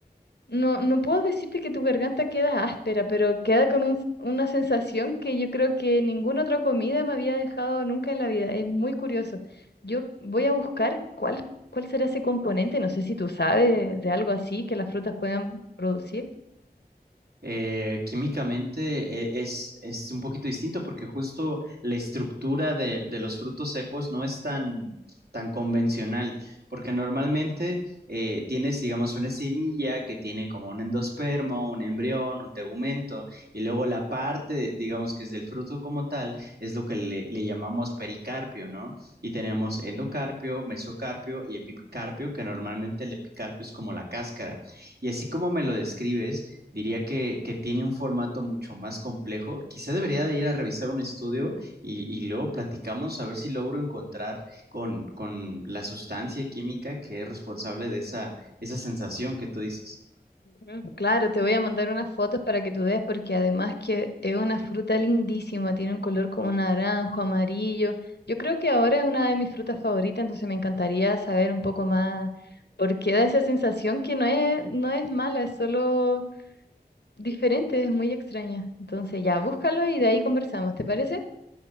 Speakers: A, on the left; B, on the right.
A: no, no puedo decirte que tu garganta queda áspera, pero queda con un- una sensación que yo creo que ninguna otra comida me había dejado nunca en la vida. Es muy curioso. Yo voy a buscar cuál, cuál será ese componente, no sé si tú sabes de algo así que las frutas puedan producir.
B: Eh, químicamente eh, es, es un poquito distinto porque justo la estructura de, de los frutos secos no es tan, tan convencional, porque normalmente eh, tienes, digamos, una semilla que tiene como un endospermo, un embrión, un tegumento, y luego la parte, digamos, que es del fruto como tal, es lo que le, le llamamos pericarpio, ¿no? Y tenemos endocarpio, mesocarpio y epicarpio, que normalmente el epicarpio es como la cáscara. Y así como me lo describes, Diría que, que tiene un formato mucho más complejo. Quizá debería de ir a revisar un estudio y, y luego platicamos a ver si logro encontrar con, con la sustancia química que es responsable de esa, esa sensación que tú dices.
A: Mm, Claro, te voy a mandar unas fotos para que tú des, porque además que es una fruta lindísima, tiene un color como naranjo, amarillo. Yo creo que ahora es una de mis frutas favoritas, entonces me encantaría saber un poco más por qué da esa sensación que no es, no es mala, es solo diferente, es muy extraña. Entonces ya, búscalo y de ahí conversamos, ¿te parece?